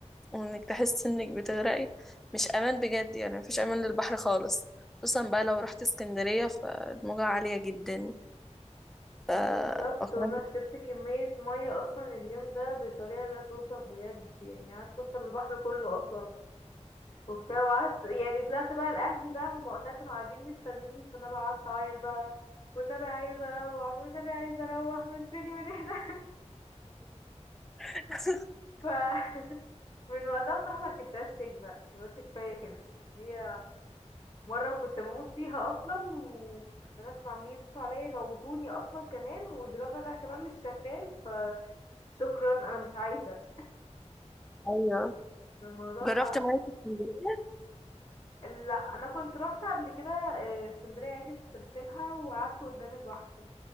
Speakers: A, in the centre; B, on the left.
A: وانك تحس انك بتغرقي مش امان بجد يعني مفيش امان للبحر خالص خصوصا بقى لو رحت اسكندرية فالموجة عالية جدا ف
B: بالظبط
A: وكمان-
B: وأنا شربت كمية مية أصلا اليوم ده بطريقة لا توصف بجد يعني قعدت أشرب البحر كله أصلا وبتاع وقعدت يعني طلعت بقى لأهلي بقى هم وقتها كانوا قاعدين مستنيني فأنا بقى قعدت أعيط بقى والنبي عايزة أروح والنبي عايزة أروح مشوني من هنا
A: <laughs>
B: <laughs> ف من وقتها بصراحة ما ركبتهاش تاني بقى يعني قلت كفاية كده هي مرة كنت بموت فيها أصلا والبنات كانوا عاملين يدوسوا عليا يموتوني أصلا كمان والبناء بتاعها كمان مش شغال فشكرا أنا مش عايزة
A: ايوه
B: <laughs> الموضوع
A: جربت
B: صعب
A: مية اسكندرية
B: لا انا كنت روحت قبل كده آه، اسكندريه عادي سافرت لها وقعدت قدام البحر